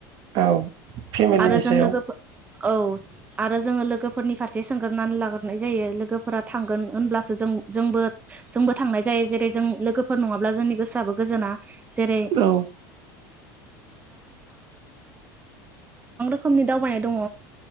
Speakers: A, on the right; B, on the right.
A: औ फेमिलिनि
B: आरो जों
A: सायाव
B: लोगोफोर औ आरो जोंङो लोगोफोरनि फारसे सोंगोरनानै लाग्रोनाय जायो लोगोफोरा थांगोन होनब्लासो जों जोंबो जोंबो थांनाय जायो जेरै जों लोगोफोर नंङाब्ला जोंनि गोसोआबो गोजोना जेरै
A: औ
B: रोखोमनि दावबायनाय दंङ